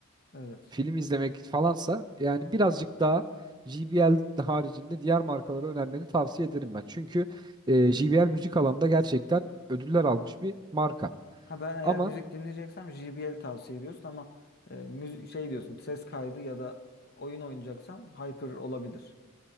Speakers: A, on the left; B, on the right.
A: Evet.
B: film izlemek falansa yani birazcık daha JBL haricinde diğer markalara önermeni tavsiye ederim ben. Çünkü e, JBL müzik alanında gerçekten ödüller almış bir marka.
A: Ha ben eğer
B: Ama
A: müzik dinleyeceksem JBL tavsiye ediyorsun ama e, müzi- şey diyorsun ses kaydı ya da oyun oynayacaksam Hyper olabilir.